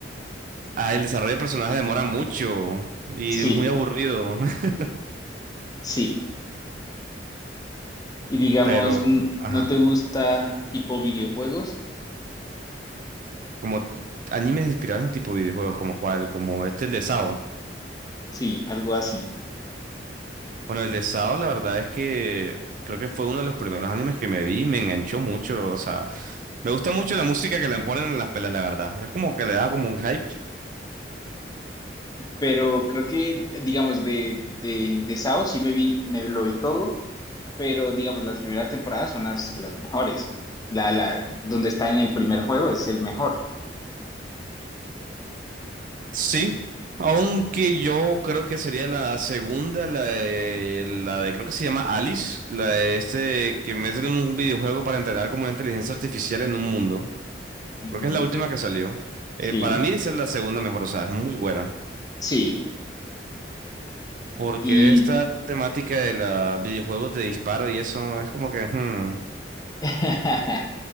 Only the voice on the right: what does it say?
ah, el desarrollo de personaje demora mucho y
es muy aburrido. <laughs>
Pero,
ajá.
Como animes inspirados en tipo videojuegos, como cuál, como este, el de Sao.
Bueno, el de Sao, la verdad es que creo que fue uno de los primeros animes que me vi y me enganchó mucho. O sea, me gusta mucho la música que le ponen en las pelas, la verdad. Es como que le da como un hype.
Sí, aunque yo creo que sería la segunda, la de, la de creo que se llama Alice, la de este que meten en un videojuego para entrenar como una inteligencia artificial en un mundo.
Creo que es la última que salió. Eh,
para mí esa es la segunda mejor, o sea, es muy buena.
Porque
esta temática de los videojuegos de disparo y eso es como que... hmm,